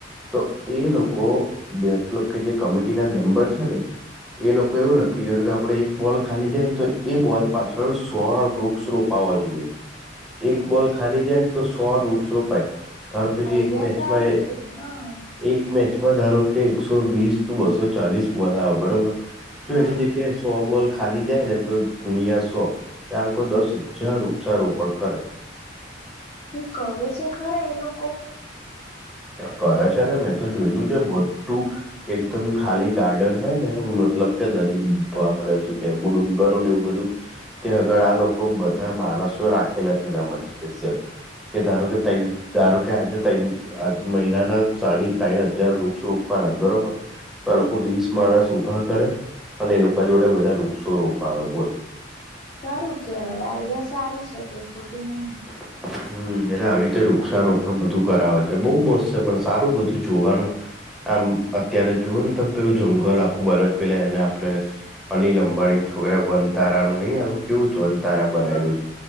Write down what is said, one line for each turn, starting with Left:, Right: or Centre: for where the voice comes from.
Centre: તો એ લોકો મતલબ કે જે કમિટી ના મેમ્બર છે ને એ લોકો એવું નક્કી કર્યું કે આપડે એક બોલ ખાલી જાય ને તો એ બોલ પાછળ સો વૃક્ષ રોપાવા જોઈએ એક બોલ
Left: અચ્છા
Centre: ખાલી જાય ને તો સો વૃક્ષ રોપાય. ધારો કે જે
Left: આઈડિયા
Centre: એક મેચમાં
Left: સારી
Centre: એ
Left: છે હા
Centre: એક મેચમાં ધારો કે એકસો વીસ ત બસો ચાલીસ બોલ આવે બરોબર. જો
Left: હા
Centre: એની જગ્યાએ સો બોલ ખાલી જાય ને તો ગુણ્યાસો એ લોકો દસ હજાર વૃક્ષારોપણ કરે.
Left: એ કરે છે ખરા એ લોકો?
Centre: કરે છે ને મેં તો જોયેલું છે બટુ એકદમ ખાલી ગાર્ડન હોય ને મતલબ કે દરી આપડે શું કેવું ડુંગરો ને એવું બધું. <inaudible> ત્યાં
Left: હા
Centre: આગળ આ લોકો બધા માણસો રાખેલા છે એના માટે સ્પેશિયલ કે ધારો કે ધારો કે આજે ત આ મહિનાના સાડી ત્રણ હજાર વૃક્ષ રોપવાના જ બરોબર.
Left: હા
Centre: તો આ લોકો
Left: હ
Centre: વીસ માણસ ઉભા કરે અને એ લોકો જોડે બધા વૃક્ષો રોપાવે બોલ.
Left: સારું કેવાય આઈડિયા સારી છે કઈ ખોટી નઈ.
Centre: <inaudible> હમ એટલે આવી રીતે વૃક્ષારોપણ બધું કરાવે છે બહુ મસ્ત છે પણ સારું બધું જોવાનું આમ અત્યારે જોુ તમ પેલું જંગલ આખું બને પેલા એને આપડણે અનિલ અંબાણી છોકરા વનતારા નું નહીં આગ કેવું જ વનતારા બનાલું
Left: હા
Centre: છે.